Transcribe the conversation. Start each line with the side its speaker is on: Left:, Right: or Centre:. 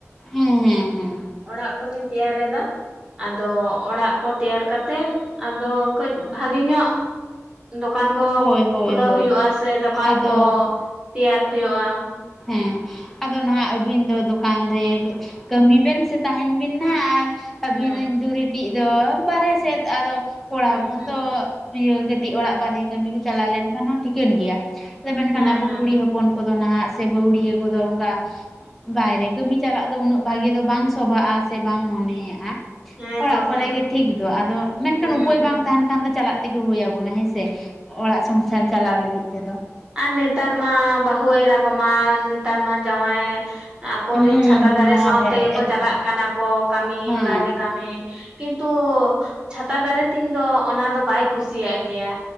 Centre: ᱦᱩᱸ ᱦᱩᱸ ᱦᱩᱸ ᱾
Right: ᱚᱲᱟᱜ ᱠᱚᱞᱤᱧ ᱛᱮᱭᱟᱨ ᱮᱫᱟ ᱟᱫᱚ ᱚᱲᱟᱜ ᱠᱚ ᱛᱮᱭᱟᱨ ᱠᱟᱛᱮᱫ ᱟᱫᱚ ᱠᱟᱹᱡ ᱵᱷᱟᱜᱮ ᱧᱚᱜ ᱫᱚᱠᱟᱱ ᱠᱚ
Centre: ᱦᱳᱭ ᱦᱳᱭ
Right: ᱠᱷᱩᱞᱟᱹᱣ
Centre: ᱦᱳᱭ
Right: ᱦᱩᱭᱩᱜ-ᱟ ᱥᱮ ᱫᱚᱠᱟᱱ
Centre: ᱟᱫᱚ
Right: ᱠᱚ ᱛᱮᱭᱟᱨ ᱦᱩᱭᱩᱜ-ᱟ ᱾
Centre: ᱦᱮᱸ ᱟᱫᱚ ᱱᱟᱦᱟᱜ ᱟᱹᱵᱤᱱ ᱫᱚ ᱫᱚᱠᱟᱱ ᱨᱮ ᱠᱟᱹᱢᱤ ᱵᱮᱱ ᱥᱮ ᱛᱟᱦᱮᱱ ᱵᱤᱱ ᱱᱟᱦᱟᱜ ᱟᱨ
Right: ᱦᱩᱸ
Centre: ᱟᱹᱵᱤ ᱨᱮᱱ ᱡᱩᱨᱤᱴᱤᱜ ᱫᱚ ᱵᱟᱦᱨᱮ ᱥᱮᱫ ᱟᱫᱚ ᱠᱚᱲᱟ
Right: ᱦᱩᱸ
Centre: ᱦᱚᱯᱚᱱ
Right: ᱦᱩᱸ
Centre: ᱫᱚ ᱤᱭᱟᱹ ᱠᱟᱹᱴᱤᱡ ᱚᱲᱟᱜ ᱵᱟᱨᱦᱮ ᱠᱟᱹᱢᱤ ᱠᱚ ᱪᱟᱞᱟᱣ ᱞᱮᱱᱠᱷᱟᱱ ᱦᱚᱸ ᱴᱷᱤᱠᱟᱹᱱ ᱜᱮᱭᱟ ᱾ ᱟᱫᱚ ᱢᱮᱱᱠᱷᱟᱱ
Right: ᱦᱮᱸ
Centre: ᱟᱵᱚ
Right: ᱦᱮᱸ
Centre: ᱠᱩᱲᱤ ᱦᱚᱯ ᱚᱱ ᱠᱚᱫᱚ ᱱᱟᱦᱟᱜ ᱥᱮ ᱵᱟᱹᱦᱩᱲᱤᱭᱟᱹ ᱠᱚᱫᱚ ᱚᱱᱠᱟ ᱵᱟᱭᱨᱮ ᱠᱟᱹᱢᱤ ᱪᱟᱞᱟᱜ ᱫᱚ ᱩᱱᱟᱹᱜ ᱵᱷᱟᱜᱤ ᱫᱚ ᱵᱟᱝ ᱥᱚᱵᱷᱟᱜ-ᱟ ᱥᱮ ᱵᱟᱝ ᱢᱚᱱᱮᱭᱟᱜ-ᱟ ᱾
Right: ᱦᱮᱸ
Centre: ᱚᱲᱟᱜ
Right: ᱛᱚ
Centre: ᱠᱚᱨᱮ
Right: ᱦᱮᱸ
Centre: ᱜᱮ ᱴᱷᱤᱠ ᱫᱚ ᱟᱫᱚ ᱢᱮᱱᱠᱷᱟᱱ
Right: ᱦᱩᱸ
Centre: ᱩᱯᱟᱹᱭ
Right: ᱦᱩᱸ
Centre: ᱵᱟᱝ ᱛᱟᱦᱮᱱ ᱠᱷᱟᱱ ᱫᱚ ᱪᱟᱞᱟᱜ ᱛᱮᱜᱮ ᱦᱩᱭ ᱟᱵᱚᱱᱟ ᱦᱮᱸ ᱥᱮ ᱚᱲᱟᱜ ᱥᱚᱝᱥᱟᱨ ᱪᱟᱞᱟᱣ ᱞᱟᱹᱜᱤᱫ ᱛᱮᱫᱚ ᱾
Right: ᱟᱨ ᱱᱮᱛᱟᱨ ᱢᱟ ᱵᱟᱹᱦᱩ ᱮᱨᱟ ᱠᱚᱢᱟ ᱱᱮᱛᱟᱨ ᱢᱟ ᱡᱟᱶᱟᱭ ᱟᱠᱚᱨᱮᱱ
Centre: ᱦᱩᱸ
Right: ᱪᱷᱟᱛᱟ
Centre: ᱦᱩᱸ
Right: ᱫᱟᱨᱮ
Centre: ᱱᱚᱣᱟ
Right: ᱥᱟᱶ
Centre: ᱫᱚ
Right: ᱛᱮᱜᱮᱠᱚ
Centre: ᱮᱠᱫᱚᱢ
Right: ᱪᱟᱞᱟᱜ ᱠᱟᱱᱟ ᱠᱚ ᱠᱟᱹᱢᱤ
Centre: ᱦᱮᱸ
Right: ᱵᱟᱦᱮᱨᱮ ᱠᱟᱹᱢᱤ ᱠᱤᱱᱛᱩ ᱪᱷᱟᱛᱟ ᱫᱟᱨᱮ ᱛᱤᱧ ᱫᱚ ᱚᱱᱟ ᱫᱚ ᱵᱟᱭ ᱠᱩᱥᱤᱭᱟᱜ ᱜᱮᱭᱟ᱾